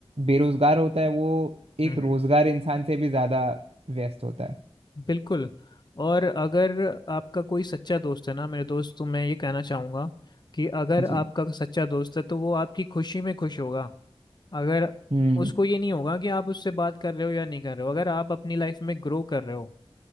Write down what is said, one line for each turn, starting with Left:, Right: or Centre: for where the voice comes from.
Right: बेरोज़गार होता है वो एक
Left: हम्म
Right: रोज़गार इंसान से भी ज़्यादा व्यस्त होता है
Left: बिल्कुल और अगर आपका कोई सच्चा दोस्त है ना मेरे दोस्त तो मैं ये कहना चाहूँगा कि अगर
Right: जी
Left: आपका सच्चा दोस्त है तो वो आपकी खुशी में खुश होगा अगर
Right: हम्म
Left: उसको ये नहीं होगा कि आप उससे बात कर रहे हो या नहीं कर रहे हो अगर आप अपनी लाइफ में ग्रो कर रहे हो